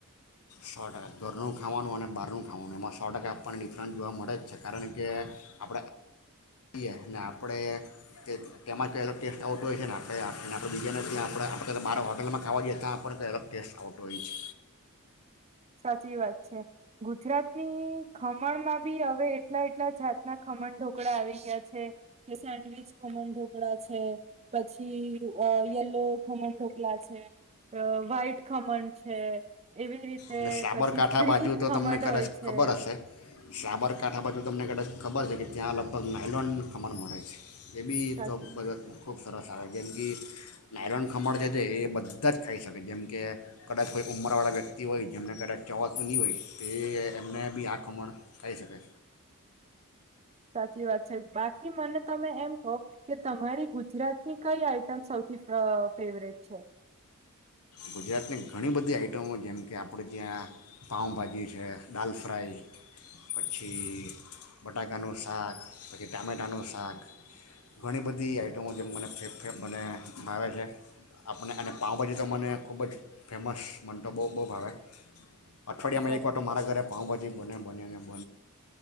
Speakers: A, on the left (about 80°); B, on the right (about 30°).
A: સો ટકા ઘરનું ખાવાનું અને બહારનું ખાવાનું એમાં સો ટકા આપવાની ડિફરન્સ જોવા મળે જ છે કારણ કે આપણે કઈએ ને આપણે તેમાં કંઈ અલગ ટેસ્ટ આવતો હોય છે ને આપણેને આપણે બીજાને ત્યાં આપણે આપણે ક બાર હોટલમાં ખાવા જઈએ ત્યાં આપણને કંઈ અલગ ટેસ્ટ આવતો હોય છે.
B: સાચી વાત છે ગુજરાતની ખમણ માં બી હવે એટલા એટલા જાતના ખમણ ઢોકળા આવી ગયા છે કે સેન્ડવીચ ખમણ ઢોકળા છે પછી યલો ખમણ ઢોકળા છે, વ્હાઈટ ખમણ છે એવી રીતે
A: અને સાબરકાંઠા
B: પછી ગ્રીન
A: બાજુ તો
B: ખમણ
A: તમને કદાચ
B: હોય છે
A: ખબર હશે સાબરકાંઠા બાજુ તમને કદાચ ખબર છે કે ત્યાં લગભગ નાઇલોન ખમણ મળે છે. એ બી
B: સાચી
A: તો મ
B: વાત છે
A: ખૂબ સરસ જેમ કે નાયલોન ખમણ છે એ બધા જ ખાઈ શકે જેમ કે કદાચ કોઈ ઉંમરવાળા વ્યક્તિ વ્યક્તિ હોય જેમને કદાચ ચવાતું નહી હોય તે એમને બી આ ખમણ ખાઈ શકે.
B: સાચી વાત છે બાકી મને તમે એમ કહો કે તમારી ગુજરાતની કઈ આઈટમ સૌથી ફેવરેટ છે.
A: ગુજરાતની ઘણી બધી આઈટમો જેમ કે આપણે ત્યાં પાઉભાજી છે, દાલ ફ્રાય પછી બટાકાનું શાક પછી ટામેટાનું શાક ઘણી બધી આઈટમો જેમ મને ફેે મને ભાવે છે. આપણે અને પાઉભાજી તો મને ખૂબ જ ફેમસ મન તો બો બો ભાવે. અઠવાડિયામાં
B: સા
A: એક વાર તો મારા ઘરે પાાવભાજી બન્યા બને્યાને